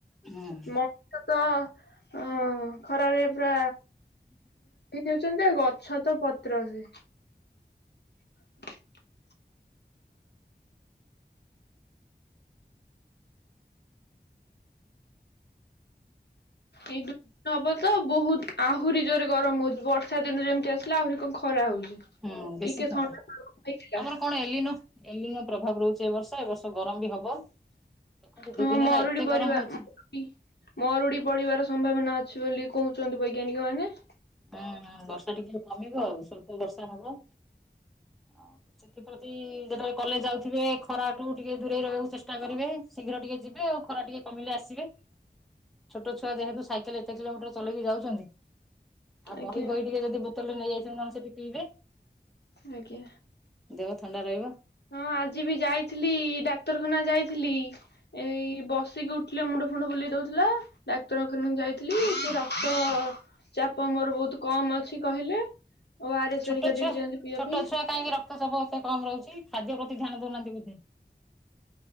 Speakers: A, in the centre; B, on the left.
A: ହୁଁ
B: ମଣିଷ ତ ଅ ଖରାରେ ପୁରା ହେଉଛନ୍ତି ଆ ଗଛ ତ ପତ୍ର ସେ <inaudible> ଏଇ ଡୁ ହବ ତ ବହୁତ ଆହୁରି ଜୋରରେ ଗରମ ହଉଛି ବର୍ଷା ଦିନରେ ଯେମତି ଆସିଲା ଆହୁରି କଣ ଖରା ହଉଛି।
A: ହୁଁ ବେଶୀ
B: ଟିକେ
A: ଖରା
B: ଥଣ୍ଡା ପାଗ ହେଇଥିଲା
A: ଆମର କଣ ଏ ନ ଏଲିନ ପ୍ରଭାବ ରହୁଛି ଏ ବର୍ଷ ଏ ବର୍ଷ ଗରମ ବି ହବ। ଦେଖନ୍ତୁ
B: ହଁ
A: ଦି ଦିନ ହେଲା
B: ମରୁଡି
A: ଏତେ
B: ପରିବା
A: ଗରମ ହଉଛି।
B: ମରୁଡି ମରୁଡି ପଡିବାର ସମ୍ଭାବନା ଅଛି ବୋଲି କହୁଛନ୍ତି ବୈଜ୍ଞାନିକ ମାନେ।
A: ହୁଁ ହୁଁ ବର୍ଷା ଟିକେ କମିବ ସ୍ୱଳ୍ପ ବର୍ଷା ହବ। ଆଉ ସେଥିପ୍ରତି ଯେତେବେଳେ କଲେଜ ଯାଉଥିବେ ଖରାଠୁ ଟିକେ ଦୂରେଇ ରହିବାକୁ ଚେଷ୍ଟା କରିବେ। ଶୀଘ୍ର ଟିକେ ଯିବେ ଆଉ ଖରା ଟିକେ କମିଲେ ଆସିବେ ଛୋଟ ଛୁଆ ଯେହେତୁ ସାଇକେଲ ଏତେ କିଲୋମିଟର ଚଲେଇକି ଯାଉଛନ୍ତି ଆଉ
B: ଆଜ୍ଞା।
A: ଦହି ଫହି ଟିକେ ଯଦି ବୋତଲରେ ନେଇ ଯାଉନାନ୍ତି ତାହେଲେ ସେଠି ପିଇବେ।
B: ଆଜ୍ଞା।
A: ଦେହ ଥଣ୍ଡା ରହିବ
B: ହଁ ଆଜି ବି ଯାଇଥିଲି ଡାକ୍ତରଖାନା ଯାଇଥିଲି। ଏଇ ବସିକି ଉଠିଲେ ମୁଣ୍ଡ ଫୁଣ୍ଡ ବୁଲେଇ ଦଉଥିଲା। ଡାକ୍ତରଖାନା ଯାଇଥିଲି ସେ ରକ୍ତ ଚାପ ମୋର ବହୁତ କମ ଅଛି କହିଲେ ଓ ଆରେ ଏସେ
A: ଛୋଟ
B: ହେରୀକା
A: ଛୁଆ
B: ଦେଇଛନ୍ତି ପିଇବା
A: ଛୋଟ
B: ପାଇଁ।
A: ଛୁଆ କାହିଁକି ରକ୍ତଚାପ ଏତେ କମ ରହୁଛି ଖାଦ୍ୟ ପ୍ରତି ଧ୍ୟାନ ଦଉନାହାନ୍ତି ବୋଧେ।